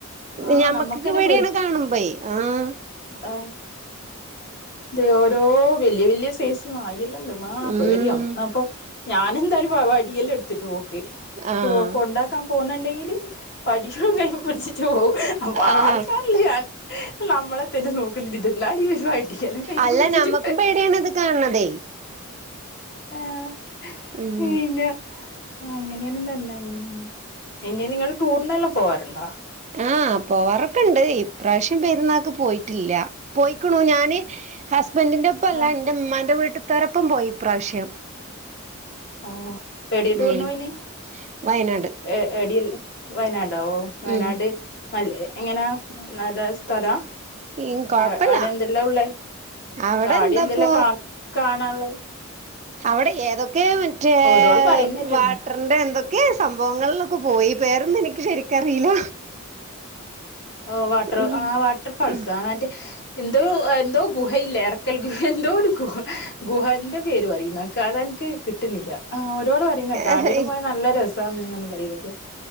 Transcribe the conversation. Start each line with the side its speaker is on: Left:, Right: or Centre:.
Left: ആഹ്
Right: ഞമ്മക്ക്ന്നേ
Left: നമ്മക്കന്നെ
Right: പേട്യയാണ് കാണുമ്പേ ആഹ്
Left: ആ ഇത ഓരോ വല്ല്യ വല്ല്യ സൈസ് ഒന്നും ആയില്ലല്ലൊ ആപേടിയാവും
Right: ഉം
Left: അപ്പൊ ഞാൻ എന്തായാലും വടിയെല്ലാം എടുത്തിട്ട് പോക്ക്
Right: ആഹ്
Left: പോ കൊണ്ട ക്കാൻ പോന്നുണ്ടെങ്കില് പഠിക്കും കൈപിഠിച്ചിട്ട് പോവും അപ്പൊ
Right: ആഹ്
Left: ആൾക്കാരല്ല ഞാൻ നമ്മളെ തന്നെ നോക്കിനിന്നിട്ട് <unintelligible> കൈകേ
Right: അല്ല
Left: പിടിച്ചിട്ട
Right: നമ്മക്കും പേടിയാണ്ത് കാണ് ന്നതെ
Left: ആഹ്
Right: ഉം
Left: പിന്നെ അങ്ങനെയന്നും തന്ന ഉ ഇനി നിങ്ങള് ടൂറിനെല്ലാം പോവാറ് ണ്ടാ
Right: ആഹ് പോവാറുണ്ട്. ഇപ്രാവശ്യം പെരുന്നാൾക്ക് പോയിട്ടില്ല പോയിക്കണു ഞാന് ഹസ്ബന്റിന്റെ ഒപ്പം അല്ല
Left: ആഹ്
Right: എൻ്റെ ഉമ്മാന്റെ വീട്ടത്താരൊപ്പം പോയി ഇപ്രാവശ്യം
Left: ഓഹ് ഏടെ ടുറിനോയിനി
Right: ഉം വയനാട്
Left: ഏ എടിയൽ വയനാടാ ഓ വയനാട്
Right: ഉം
Left: നല്ല എങ്ങനാ നല്ല സ്ഥലാ
Right: ഉം കൊഴപ്പല്ല
Left: ആ അടെ എന്തെല്ലാം ഉള്ള
Right: അവിടെ
Left: ആടെ
Right: എന്താപ്പോ
Left: എന്തെല്ലാം കാ കാണാനുള്ളത്
Right: അവിടെ ഏതൊക്കെ മറ്റേ
Left: ഓരോട് പറയുന്നേട്ട്ണ്
Right: വട്ട റിന്റെറെ എന്തൊക്കെ സംഭവങ്ങളിലൊക്കെ പോയി പേരന്നും എനിക്ക് ശരിക്കറിയില്ല
Left: ഓഹ് വാട്ടർ
Right: ഉം
Left: ആഹ് വാട്ടർ ഫാൾസ്
Right: ഉം
Left: മറ്റേ എന്തോ എന്തോ ഗുഹയില്ല ഇറക്കൽ ഗുഹ എന്തോ ഒരു ഗുഹ ഗുഹന്റെ പേര് പറയുംക്ക് അത് എനിക്ക് കിട്ടുന്നില്ല ആഹ് ഓരോന്ന് പറയുന്നെക്ക
Right: ആഹ്
Left: അടിയില് പോയ നല്ല രസന്ന് പറയുന്നത്.